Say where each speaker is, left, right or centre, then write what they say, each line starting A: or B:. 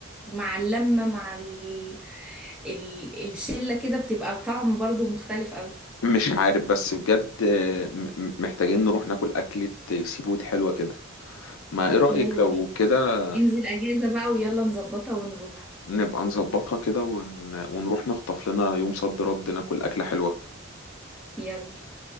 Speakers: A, in the centre; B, on the left.
A: مع اللمه مع ال... ال... الشله كده بتبقى طعم برضو مختلف قوي
B: مش عارف بس بجد آه، م- م- محتاجين نروح ناكل أكلة آه، سي فود حلوة كده ما إيه رأيك
A: يلا
B: لو
A: بينا
B: كده
A: انزل اجازه بقى ويلا نظبطها ونروح
B: نبقى نظبطها كده ون... ونروح نخطف لنا يوم صد رد ناكل أكلة حلوة
A: يلا